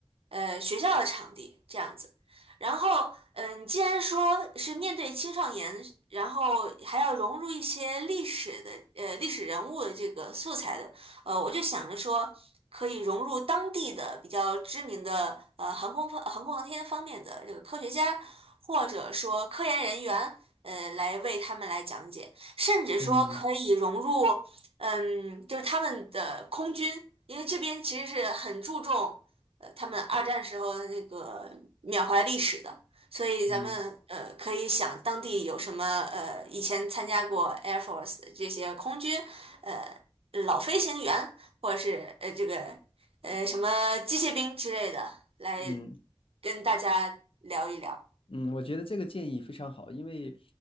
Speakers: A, on the right; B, on the left.
A: 呃，学校的场地这样子。然后，嗯，既然说是面对青少年，然后还要融入一些历史的，呃，历史人物的这个素材的，呃，我就想着说，可以融入当地的比较知名的，呃，航空方、航空航天方面的这个科学家，或者说科研人员，呃，来为他们来讲解，甚至说可以融入，
B: 嗯
A: 嗯，就是他们的空军，因为这边其实是很注重。呃他们二战时候的那个缅怀历史的，所以咱们呃可以想当地有什么呃以前参加过
B: 嗯
A: Air Force 的这些空军呃老飞行员，或者是呃这个呃什么机械兵之类的，来
B: 嗯，
A: 跟大家聊一聊。
B: 嗯，我觉得这个建议非常好，因为，